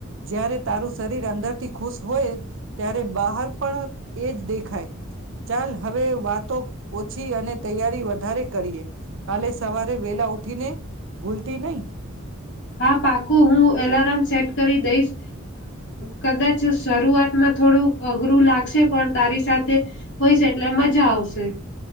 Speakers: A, on the right; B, on the left.
A: જયારે તારું શરીર અંદરથી ખુશ હોય ત્યારે બહાર પણ એ જ દેખાય. ચાલ હવે વાતો ઓછી અને તૈયારી વધ વધારે કરીએ. કાલે સવારે વેલા ઉઠીને ભૂલતી નહી.
B: હા પાકું હું એલાર્મ સેટ કરી દઈશ કદાચ શરૂઆતમાં થોડું અઘરું લાગશે પણ તારી સાથે હોઈસ છે એટલે મજા આવશે.